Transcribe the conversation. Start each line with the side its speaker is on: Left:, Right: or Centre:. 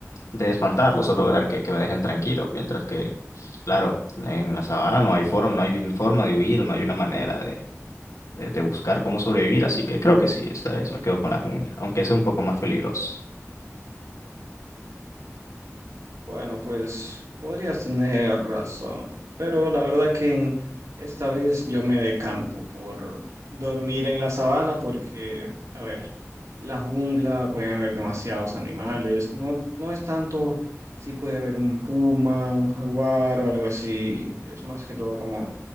Left: de espantarlos o lograr que, que me dejen tranquilo, mientras que, claro, en la sabana no hay forma, no hay forma de huir, no hay una manera de, de buscar cómo sobrevivir, así que creo que sí, esta vez me quedo con la jungla, aunque es un poco más peligroso.
Right: Bueno, pues podrías tener razón, pero la verdad que en- esta vez yo me decanto por dormir en la sabana porque, a ver, la jungla pueden haber demasiados animales, no, no es tanto si puede haber un puma, un jaguar o algo así, es más que todo como